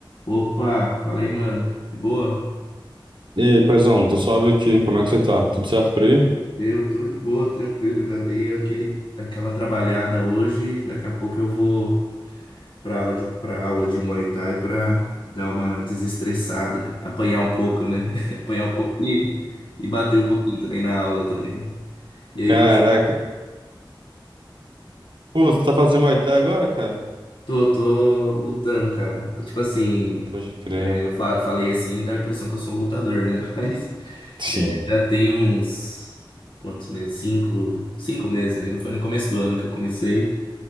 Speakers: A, on the left (about 70°); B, on the right (about 65°).
A: Opa, fala aí, mano. De boa?
B: E aí, paizão, tô suave aqui. Como é que você tá? Tudo certo por aí?
A: Eu tô de boa, tranquilo. Já dei aquele, aquela trabalhada hoje. Daqui a pouco eu vou pra aula de, pra aula de Muay Thai pra dar uma desestressada, apanhar um pouco, né? <laughs> Apanhar um pouco e, e bater um pouquinho também na aula também. E aí
B: Caraca.
A: você?
B: Pô, você tá fazendo Muay Thai agora, cara?
A: Tô, tô lutando, cara. Tipo assim,
B: Pode crer.
A: é, eu fa- falei assim, dá a impressão que eu sou um lutador, né? <laughs> Mas
B: Sim.
A: É, Já tem uns quantos meses? Cinco, cinco meses aí não Foi no começo do ano que eu comecei